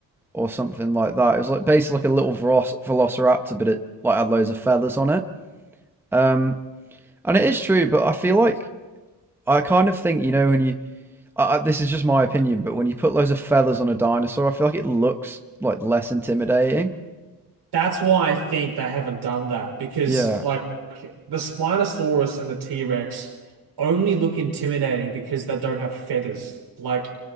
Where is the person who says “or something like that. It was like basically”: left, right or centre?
Centre